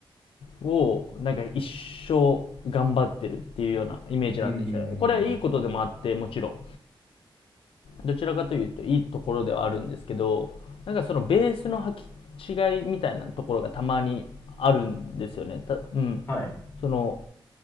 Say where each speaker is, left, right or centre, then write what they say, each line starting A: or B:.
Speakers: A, on the left; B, on the left.
A: をなんか一生頑張ってるっていうようなイメージなんですよ。
B: うんうんうんうん。
A: これはいいことでもあって、もちろん。どちらかというといいところではあるんですけど、なんかそのベースの履き違いみたいなところがたまにあるんですよね。たうん。
B: はい。
A: その、